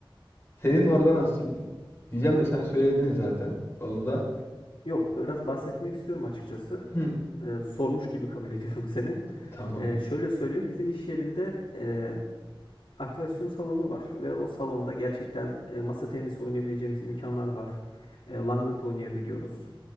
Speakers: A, on the left; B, on the left.
A: Senin orada nasıl diyeceğim de sen söyledin zaten. Onu da.
B: Yok, biraz bahsetmek istiyorum açıkçası.
A: Hı,
B: e, sormuş gibi kabul <laughs> ediyorum seni.
A: <laughs> tamam.
B: E, şöyle söyleyeyim, bizim iş yerinde e, aktivasyon salonu var ve o salonda gerçekten e, masa tenisi oynayabileceğimiz imkanlar var. E, langırt oynayabiliyoruz.